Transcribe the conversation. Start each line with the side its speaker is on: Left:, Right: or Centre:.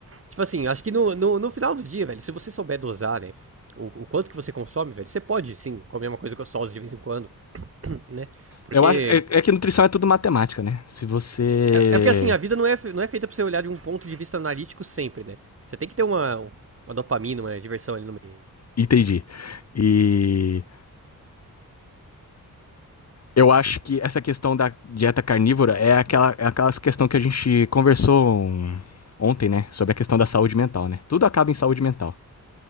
Right: Tipo assim, acho que no, no, no final do dia, velho, se você souber dosar, né? O, o quanto que você consome, velho, você pode, sim, comer uma coisa gostosa de vez em quando, <clears throat> né? Porque.
Left: Eu acho, é, é que nutrição é tudo matemática, né? Se você.
Right: É, é porque assim, a vida não é, não é feita pra você olhar de um ponto de vista analítico sempre, né? Você tem que ter uma, uma dopamina, uma diversão ali no meio.
Left: Entendi. E eu acho que essa questão da dieta carnívora é aquela, é aquela questão que a gente conversou um- ontem, né? Sobre a questão da saúde mental, né? Tudo acaba em saúde mental.